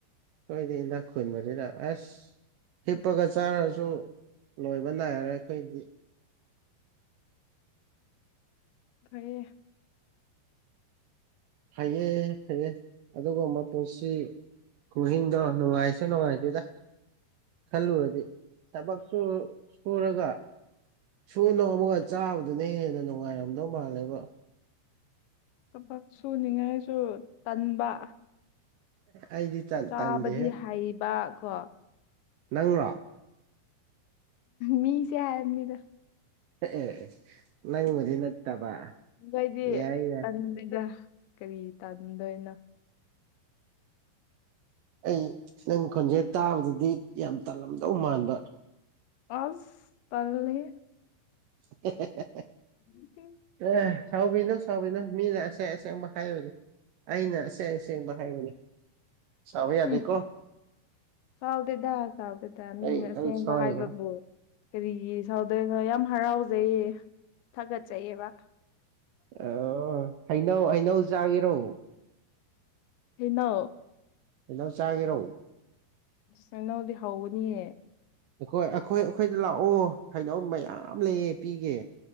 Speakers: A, on the right; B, on the left.
A: ꯍꯣꯏꯅꯤ ꯏꯅꯥꯛ ꯈꯨꯟꯕꯅꯤꯅ ꯑꯁ ꯍꯤꯞꯄꯒ ꯆꯥꯔꯁꯨ ꯂꯣꯏꯕ ꯅꯥꯏꯔꯔꯣꯏ ꯑꯩꯈꯣꯏꯗꯤ
B: ꯐꯩꯌꯦ
A: ꯐꯩꯌꯦ ꯐꯩꯌꯦ ꯑꯗꯨꯒꯨꯝꯕ ꯄꯨꯟꯁꯤ ꯃꯍꯤꯡꯗꯣ ꯅꯨꯡꯉꯥꯏꯁꯨ ꯅꯨꯡꯉꯥꯏꯇꯦꯗ ꯈꯜꯂꯨꯗꯤ ꯊꯕꯛꯁꯨ ꯁꯨꯔꯒ ꯁꯨ ꯅꯣꯝ ꯑꯃꯒ ꯆꯥꯕꯗꯨꯅ ꯍꯦꯟꯅ ꯅꯨꯡꯉꯥꯏꯔꯝꯗꯧ ꯃꯥꯜꯂꯦꯕ
B: ꯊꯕꯛ ꯁꯨꯅꯤꯡꯉꯥꯏꯁꯨ ꯇꯟꯕ
A: ꯑꯩꯗꯤ ꯇꯟꯗꯦꯍꯦ
B: ꯆꯥꯕꯗꯤ ꯍꯩꯕ ꯀꯣ
A: ꯅꯪꯔꯣ
B: ꯃꯤꯁꯦ ꯍꯥꯏꯕꯅꯤꯗ
A: ꯑꯦ ꯑꯦ ꯅꯪꯕꯨꯗꯤ ꯅꯠꯇꯕ
B: ꯅꯣꯏꯗꯤ
A: ꯌꯥꯏ ꯌꯥꯏ
B: ꯇꯟꯗꯦꯗ ꯀꯔꯤ ꯇꯥꯅꯤꯡꯗꯣꯏꯅꯣ
A: ꯑꯩ ꯅꯪ ꯈꯣꯟꯖꯦꯜ ꯇꯥꯕꯗꯗꯤ ꯌꯥꯝ ꯇꯜꯂꯝꯗꯧ ꯃꯥꯟꯕ
B: ꯑꯁ ꯇꯜꯂꯤ ꯍꯦ
A: <unintelligible>
B: ꯎ
A: ꯑꯦ ꯁꯕꯤꯅꯣ ꯁꯕꯤꯅꯣ ꯃꯤꯅ ꯑꯁꯦꯡ ꯑꯁꯦꯡ ꯍꯥꯏꯕꯅꯦ ꯑꯩꯅ ꯑꯁꯦꯡ ꯑ ꯁꯦꯡꯕ ꯍꯥꯏꯕꯅꯤ ꯁꯥꯎꯕ ꯌꯥꯗꯦꯀꯣ
B: ꯎꯝ ꯆꯥꯎꯥꯎꯗꯦꯗ ꯁꯥꯎꯗꯦꯗ ꯃꯤꯅ
A: ꯑꯩ
B: ꯑꯁꯦꯡꯕ
A: ꯑꯩ ꯁꯣꯏꯈ꯭ꯔꯦ
B: ꯍꯥꯏꯕꯕꯨ ꯀꯔꯤꯒꯤ ꯁꯥꯎꯗ ꯌꯥꯝ ꯍꯔꯥꯎꯖꯩꯌꯦ ꯊꯥꯒꯠꯆꯩꯑꯕ
A: ꯑꯣ ꯍꯩꯅꯧ ꯍꯩꯅꯧ ꯆꯥꯒꯦꯔꯣ
B: ꯍꯩꯅ
A: ꯑꯦꯗ ꯆꯥꯒꯤꯦꯔꯣ
B: ꯅꯩꯅꯧꯗꯤ ꯍꯒꯅꯤꯍꯦ
A: ꯑꯩꯈꯣꯏ ꯑꯩꯈꯣꯏ ꯑꯩꯈꯣꯏꯗ ꯂꯥꯛꯑꯣ ꯍꯥꯏꯩꯅꯧ ꯃꯌꯥꯝ ꯂꯩꯌꯦ ꯄꯤꯒꯦ